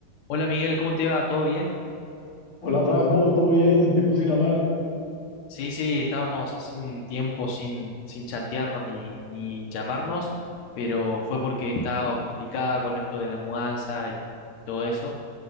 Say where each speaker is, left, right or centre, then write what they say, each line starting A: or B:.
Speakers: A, on the left (about 75°); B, on the left (about 30°).
A: Hola Miguel, ¿cómo te va? ¿Todo bien?
B: Hola Franco, ¿todo bien? Tiempo sin hablar.
A: Sí, sí, estábamos hace un tiempo sin, sin chatearnos ni, ni llamarnos, pero fue porque estaba complicada con esto de la mudanza y todo eso.